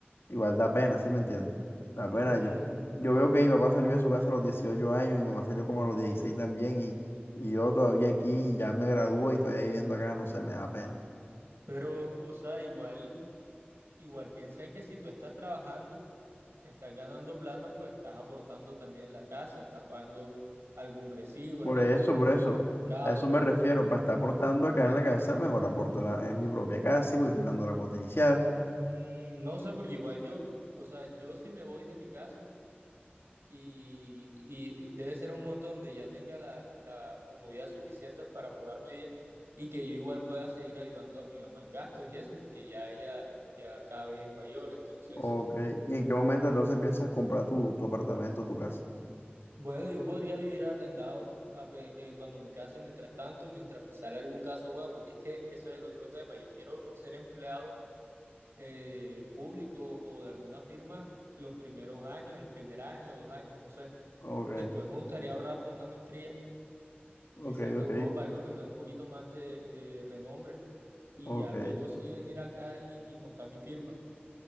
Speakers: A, on the left (about 75°); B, on the right (about 80°).
A: Igual da pena, ¿sí me entiendes? Da
B: Mm,
A: pena. Yo, yo veo que mi papá salió de su casa a los 18 años, mi mamá salió como a los 16 también y, y yo todavía aquí, ya me gradúo y todavía viviendo acá, no sé, me da pena.
B: pero, o sea, igual, igual piensa en que si tú estás trabajando, estás ganando plata, pues estás aportando también en la casa, estás pagando algún recibo,
A: Por
B: estás
A: eso,
B: ayudando
A: por
B: con
A: eso,
B: algo del mercado.
A: a eso me refiero, para estar aportando acá en la casa, mejor aporto en, la- en mi propia casa y voy pagando la cuota inicial.
B: Mm, no sé, porque igual yo, o sea, yo si me voy de mi casa y, y debe ser un momento donde ya tenga la- las comodidades suficientes para mudarme bien y que yo igual pueda seguir ayudando a mi mamá en gastos y eso, porque ya ella ya cada vez es mayor, entonces
A: Ok, ¿y en qué momento entonces piensas comprar tu, tu apartamento, tu casa?
B: Bueno, yo podría vivir arrendado a pe- eh, cuando me case, mientras tanto, mientras me sale algún caso bueno, porque es que eso es el otro tema. Yo quiero ser empleado eh, público o de alguna firma los primeros años, el primer año, dos años, no sé.
A: Ok,
B: Después me gustaría ahorrar para una maestría,
A: ok,
B: quizá en
A: ok,
B: Europa, algo que me dé un poquito más de, de renombre y
A: ok.
B: ya luego sí venir acá y, y montar mi firma.